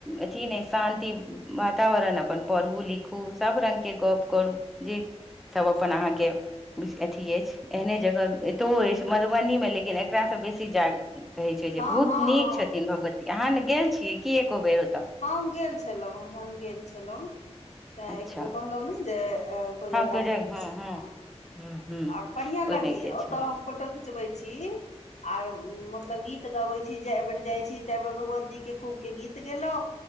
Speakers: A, in the centre; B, on the left.
A: अथी नहि शान्ति वातावरण अपन पढू लिखू सब रंग के गप करू। जी सब अपन अहाँके बुझ अथी अछि। एहने जगह एतो अछि मधुबनी मे लेकिन एकरा से बेसी जा कहै छै जे
B: हँ
A: बहुत
B: हँ
A: नीक
B: हँ
A: छथिन भगवती अहाँ ने गेल छिय की एको बेर ओतय।
B: हम गेल छलहुँ हम गेल छलहुँ तय
A: अच्छा
B: एक बेर कहलहुँ नै जे अ कोजगरा
A: हँ को जगह
B: के हमसब
A: हँ हँ
B: ह ह
A: ह
B: आर बढ़िया लगैया
A: ओहिमे गेल
B: ओतऽ
A: छलहुँ
B: हम फोटो खिचबै छी। आर उम मतलब गीत गबै छी जाए बेर जाय छी ता बेर भगवती के खूब के गीत गेलै।